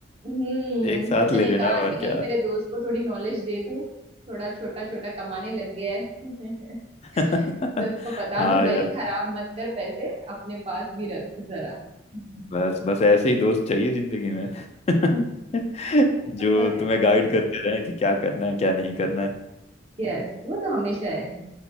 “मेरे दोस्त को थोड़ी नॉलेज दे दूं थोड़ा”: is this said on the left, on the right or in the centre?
Right